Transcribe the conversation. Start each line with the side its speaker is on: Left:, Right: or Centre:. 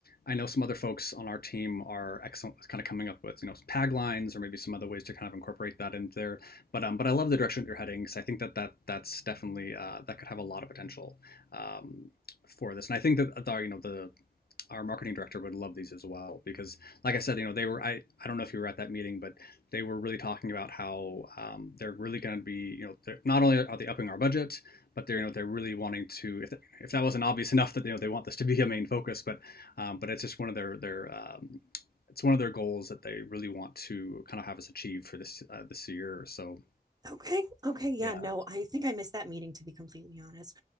Left: I know some other folks on our team are excellent with kind of coming up with you know tag lines or maybe some other ways to kind of incorporate that into there. But um, but I love the direction that you're heading because I think that that that's definitely uh, that could have a lot of potential um, for this. And I think that the you know the our marketing director would love these as well because, like I said, you know, they were I I don't know if you were at that meeting, but they were really talking about how um, they're really going to be you know they're, not only are they upping our budget, but they're you know they're really wanting to if if that wasn't obvious <laughs> enough that you know they want this to be a main focus, but um, but it's just one of their their um, it's one of their goals that they really want to kind of have us achieve for this uh, this year. or So
Right: Okay. Okay. Yeah.
Left: Yeah.
Right: No, I think I missed that meeting to be completely honest.